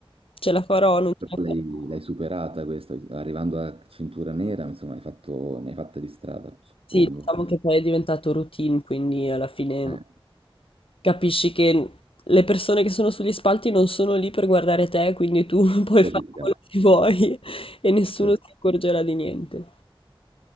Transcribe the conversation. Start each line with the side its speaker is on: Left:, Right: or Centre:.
Left: ce la farò, non ce la
Right: L'hai
Left: farò.
Right: l'hai superata questa, arrivando a cintura nera, insomma, hai fatto, ne hai fatta di strada, suppongo.
Left: Sì, diciamo che poi è diventato routine, quindi alla fine
Right: Eh,
Left: Capisci che le persone che sono sugli spalti non sono lì per guardare te, quindi tu <laughs> puoi
Right: per
Left: fare
Right: giudicare.
Left: quello che vuoi e nessuno
Right: eh.
Left: si accorgerà di niente.